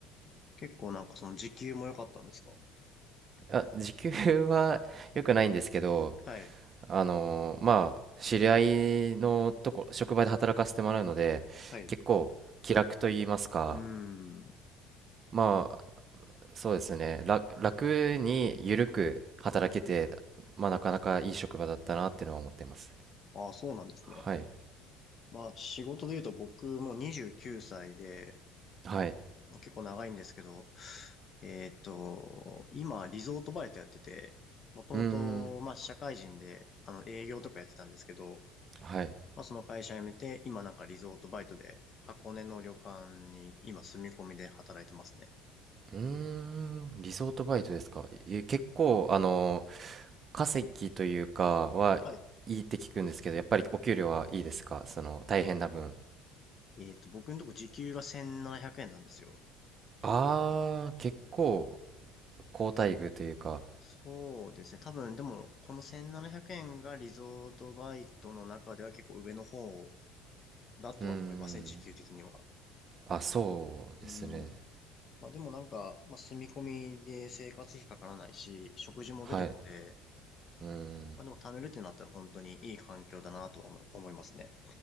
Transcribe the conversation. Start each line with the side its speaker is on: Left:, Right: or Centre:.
Left: 結構なんかその時給も良かったんですか
Right: あ、<laughs> 時給は良くないんですけど、
Left: はい。
Right: あのーまあ、知り合いのとこ、職場で働かせてもらうので、
Left: はい。
Right: 結構気楽と言いますか、
Left: うーん。
Right: まあ、そうですね、楽楽に緩く働けて、まあ、なかなかいい職場だったなっていうのは思ってます。
Left: ああ、そうなんですね。
Right: はい。
Left: まあ、仕事で言うと僕もう29歳で、
Right: はい。
Left: 結構長いんですけど、えーっと、今、リゾートバイトやってて、もともと、
Right: うーん。
Left: まあ、社会人で、あの、営業とかやってたんですけど、
Right: はい。
Left: まあ、その会社辞めて、今なんかリゾートバイトで、箱根の旅館に今住み込みで働いてますね。
Right: うーん。リゾートバイトですか。え、結構、あのー稼ぎというかはいいって聞くんですけど、
Left: はい。
Right: やっぱりお給料はいいですかその大変な分。
Left: えーっと、僕のとこ時給が1700円ななひゃくえんなんですよ。
Right: あー、結構好待遇というか、
Left: そうですね。多分、でも、この1700円がリゾートバイトの中では結構上の方だとは思いますね、
Right: うーん、
Left: 時給的には。
Right: あ、そうですね。
Left: うん。まあでもなんか、まあ住み込みで生活費かからないし、食事も出るので、
Right: はい。うーん。
Left: まあでも貯めるってなったら本当にいい環境だなとは思思いますね。